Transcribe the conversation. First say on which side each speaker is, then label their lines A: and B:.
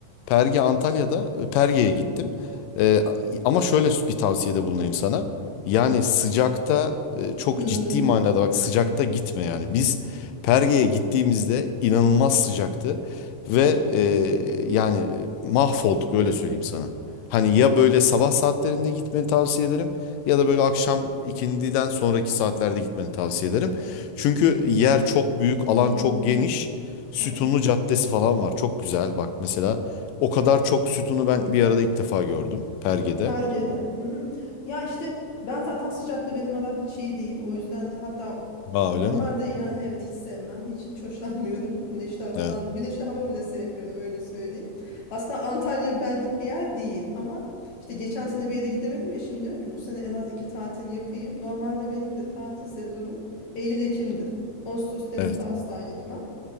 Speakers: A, on the left; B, on the left.
A: Perge Antalya'da e, Perge'ye gittim. E, ama şöyle bir tavsiyede bulunayım sana. Yani sıcakta e, çok
B: Hı.
A: ciddi manada bak sıcakta gitme yani. Biz Perge'ye gittiğimizde inanılmaz sıcaktı ve e, yani e, mahvolduk öyle söyleyeyim sana. Hani ya böyle sabah saatlerinde gitmeni tavsiye ederim ya da böyle akşam ikindiden sonraki saatlerde gitmeni tavsiye ederim. Çünkü yer çok büyük,
B: Hı.
A: alan çok geniş. Sütunlu
B: Evet.
A: Caddesi falan var. Çok güzel bak mesela. O kadar çok sütunu ben bir arada ilk defa gördüm Perge'de.
B: Perge'de. Hmm. Ya işte ben zaten sıcakta benim aram hiç iyi değil. O yüzden hatta o-
A: Aa öyle
B: normalde
A: mi?
B: yani evet hiç sevmem. Hiç hiç hoşlanmıyorum. Güneşli havadan.
A: Evet.
B: Güneşli hava bile sevmiyorum öyle söyleyeyim. Aslında Antalya benlik bir yer değil ama işte geçen sene bir yere gidemedim ya. Şimdi diyorum ki bu sene en az iki tatil yapayım. Normalde benim de tatil sezonum Eylül-Ekim'dir. Ağustos, Temmuz'da
A: Evet.
B: asla gitmem.